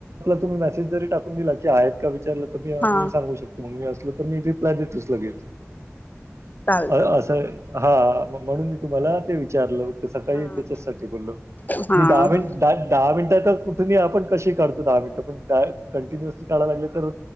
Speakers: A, on the right (about 70°); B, on the left (about 35°).
A: तुम्ही मेसेज जरी टाकून दिला की आहेत, का विचारलं तर मी
B: हा
A: मी सांगू शकतो मग मी असल तर मी रिप्लाय देतोच लगेच
B: चालते
A: असं हा म्हणून मी तुम्हाला ते विचारलं, सकाळी
B: हा
A: त्याच्याचसाठी बोललो
B: हा
A: मी दहा
B: हा
A: मिनट द दहा मिनिटात, कुठून आपण कसे काढतो, दहा मिनटं पण कंटिन्युअस काय लागले तर